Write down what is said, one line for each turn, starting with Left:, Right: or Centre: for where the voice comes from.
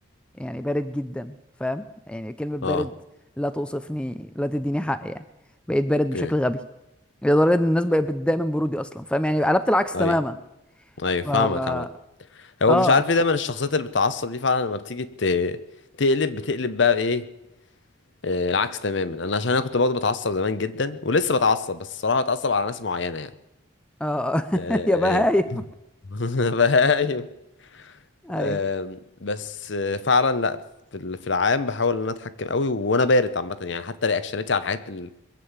Centre: يعني بارد جدا فاهم يعني كلمة بارد
Left: اه
Centre: لا توصفني لا تديني حق يعني بقيت بارد
Left: اوكي
Centre: بشكل غبي لدرجة ان الناس بقت بتضايق من برودي اصلا فاهم يعني قلبت العكس
Left: ايوه
Centre: تماما
Left: ايوه فاهمك
Centre: ف اه
Left: عامة هو
Centre: اه
Left: مش عارف ليه دايما الشخصيات اللي بتتعصب دي فعلا لما بتيجي ت... تقلب بتقلب بقى ايه آه، العكس تماما انا عشان انا كنت برضه بتعصب زمان جدا ولسه بتعصب بس الصراحة بتعصب على ناس معينة يعني
Centre: آه. <laughs>
Left: آه،
Centre: يا بهايم
Left: <laughs> فاهم
Centre: ايوه
Left: آم، بس آه، فعلا لا في ال- في العام بحاول ان انا اتحكم قوي وانا بارد عامه يعني حتى رياكشناتي على الحاجات ال-